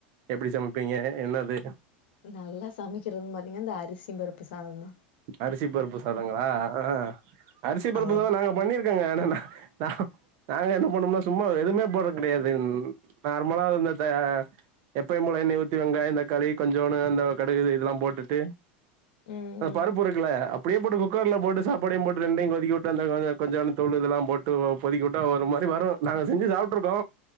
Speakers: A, on the right (about 40°); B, on the left (about 85°).
A: எப்டி சமைப்பீங்க என்னது
B: நல்ல சமைக்கிறதுன்னு பாத்தீங்கன்னா இந்த அரிசி பருப்பு சாதோ தா
A: அரிசி பருப்பு சாதங்களா ஆ அரிசி பருப்புதா
B: அத
A: நாங்க பண்ணிருக் க்கங்க நாங் நா நாங்க என்ன பண்ணோம்னா சும்மா எதுவுமே போட்றது கெடையாது நார்மலா இந்த த எப்பயு போல எண்ணெய ஊத்தி வெங்காயோ தக்காளி கொஞ்சோண்டு இந்த கடுகு இதெல்லா போட்டுட்டு
B: ம்
A: அந்த
B: ம்
A: பருப்புருக்குல அப் புடியே போட்டு குக்கர்ல் போட்டு சாப்பாடையு போட்டு ரெண்டையு கொதிக்கவுட்டு அந்த கொஞ்சோ கொஞ்சோண்ட்டு தூளு இதல்லா போட்டு கொதிக்கவுட்டா ஒரு மாரி வரு நாங்க செஞ்சு சாப்ட்ருக்கோ